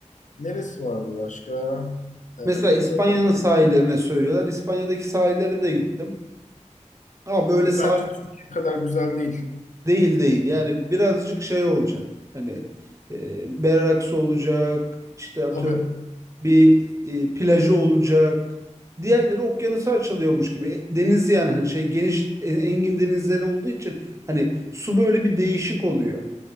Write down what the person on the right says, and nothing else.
Mesela
İspanya'nın
sahillerine söylüyorlar. İspanya'daki sahillere de gittim. Ha böyle
sahil
Değil değil yani birazcık şey olacak hani e, berraksı olacak işte atıyorum
bir e, plajı olacak diğerleri okyanusa açılıyormuş gibi E, deniz yani hani şey geniş en- engin denizleri olduğu için hani su böyle bir değişik oluyor.